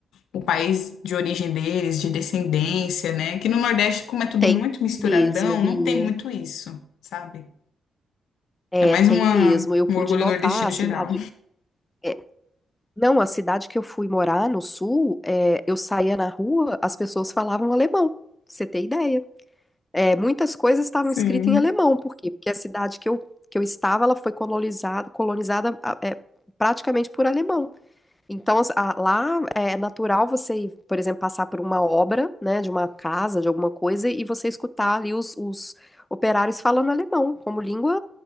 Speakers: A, on the left; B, on the left.
A: o país de origem deles, de descendência, né? Que no Nordeste, como é tudo
B: tem
A: muito misturadão,
B: mesmo, Bia.
A: não tem muito isso, sabe?
B: É,
A: É mais
B: tem
A: uma,
B: mesmo. Eu
A: um
B: pude
A: orgulho
B: notar
A: nordestino
B: a cidade.
A: geral.
B: é, não, a cidade que eu fui morar no sul, é, eu saía na rua, as pessoas falavam alemão. pra Você tem ideia? É, muitas coisas estavam
A: Sim,
B: escritas em alemão. Por quê? Porque a cidade que eu, que eu estava, ela foi colonizada, colonizada ah, é, praticamente por alemão. Então, as- a- lá é natural você, ir, por exemplo, passar por uma obra, né, de uma casa, de alguma coisa, e você escutar ali os, os operários falando alemão, como língua,